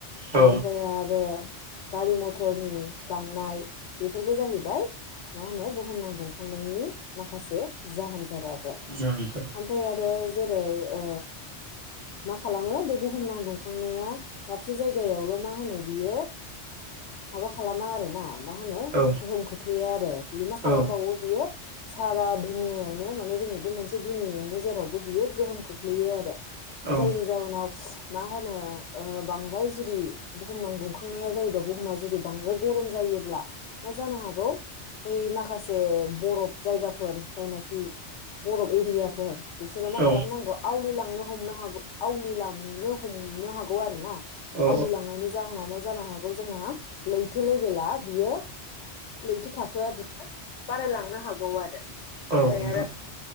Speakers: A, on the right (about 40°); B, on the left (about 80°).
A: औ
B: ओमफ्राय आरो गारि मथरनि बांनाय। बेफोरबो जाहैबाय मा होनो बुहुमनां दुंखांनायनि माखासे जाहोन। आरो
A: जागोनफोर
B: ओमफ्राय आरो जेरै ओ मा खालामो बे बुहुमनाव दुंखांनाया दाबसे जायगायावल' मा होनो बियो। माबा खालामा आरोना मा होनो
A: औ
B: गोहोम खोख्लैयो आरो बियो मा खालामबावो
A: औ
B: बियो सारा दुनियायावनो माने जोंनि बे मोनसे दुनियायावनो जेरावबो बियो गोहोम खोख्लैयो आरो
A: औ
B: जायनि जाहोनाव मा होनो बांद्राय जुदि बुहुमनाव दुंखांनाया जायोबा बुहुमा जुदि बांद्राय गरम जायो बिदिब्ला मा जानो हागौ बै माखासे बरफ जायगाफोर जायनाखि। बरफ एरियाफोर बिसोरो मा
A: औ
B: खालामनांगौ आवलिलांनो हमनो हागौ आवलिलांनो हमनो हागौ आरो ना
A: औ
B: आवलिलांनायनि जाहोनाव मा जानो हागौ जोंना लैथो लेभेला बियो। लैथो थाखोआ बियो बारायलांनो हागौ आरो। ओमफाय
A: औ नोंथां
B: आरो